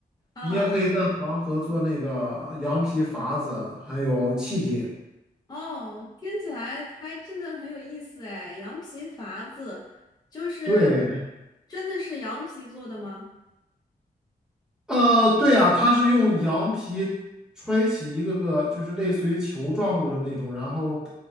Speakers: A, on the left (about 25°); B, in the centre.
A: 哦
B: 你也可以在黄河做那个羊皮筏子，还有气艇。
A: 哦，听起来还真的很有意思哎。羊皮筏子，就是
B: 对，
A: 真的是羊皮做的吗？
B: 呃，对啊，它是用羊皮吹起一个个就是类似于球状物的那种，然后，